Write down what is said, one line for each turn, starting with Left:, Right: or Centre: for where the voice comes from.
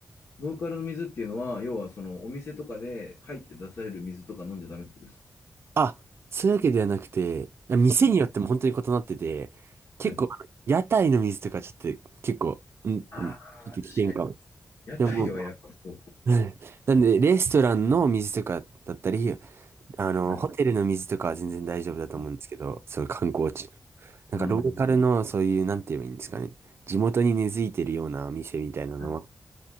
Left: ローカルの水っていうのは、要はそのお店とかで入って出される水とか飲んじゃダメってことですか
Right: あ、そういうわけではなくて、店によっても本当に異なってて、
Left: はい
Right: 結構あの屋台の水とかちょっと結構、
Left: はい。
Right: うん、
Left: ああ、
Right: うんちょっと危険かも。
Left: 確かに。屋台はやっぱそう。
Right: でも、<laughs> うん、なんでレストランの水とかだったり、あの、
Left: はい。
Right: ホテルの水とかは全然大丈夫だと思うんですけど、
Left: あ
Right: そういう観光地。なんかローカルのそういう、
Left: なるほど。
Right: なんて言えばいいんですかね。地元に根付いてるような店みたいなのは
Left: はい。